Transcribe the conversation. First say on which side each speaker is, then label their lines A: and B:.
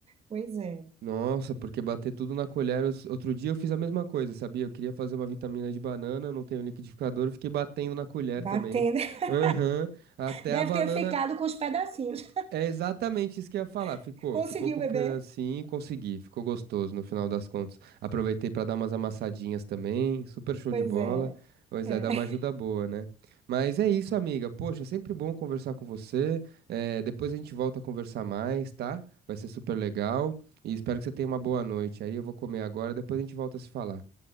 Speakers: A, on the right (about 35°); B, on the right (about 70°).
A: Pois é.
B: Nossa, porque bater tudo na colher. os- Outro dia eu fiz a mesma coisa, sabia? Eu queria fazer uma vitamina de banana, eu não tenho liquidificador, eu fiquei batendo na colher
A: Batendo.
B: também.
A: <laughs>
B: Aham, até
A: Deve
B: a banana.
A: ter ficado com os pedacinhos.
B: É exatamente isso que eu ia falar. Ficou,
A: <laughs> Conseguiu,
B: ficou com
A: bebê?
B: um pedacinho, consegui, ficou gostoso no final das contas. Aproveitei pra dar umas amassadinhas também, super show
A: Pois
B: de bola.
A: é.
B: Pois
A: é.
B: é, dá uma ajuda boa, né? Mas é isso, amiga. Poxa, sempre bom conversar com você. É, depois a gente volta a conversar mais, tá? Vai ser super legal. E espero que você tenha uma boa noite. Aí eu vou comer agora, depois a gente volta a se falar.